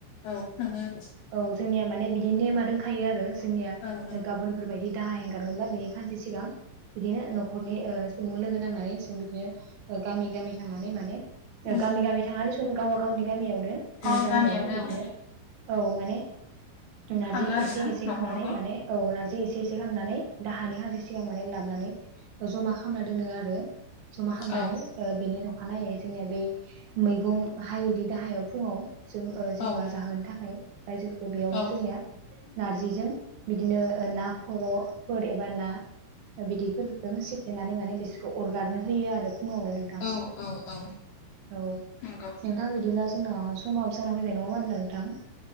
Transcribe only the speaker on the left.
औ खाङो
औ नों
उम
अ
औ
खाङो आरोना
न'खर
न'खर
औ
औ
औ
औ औ औ
नंगौ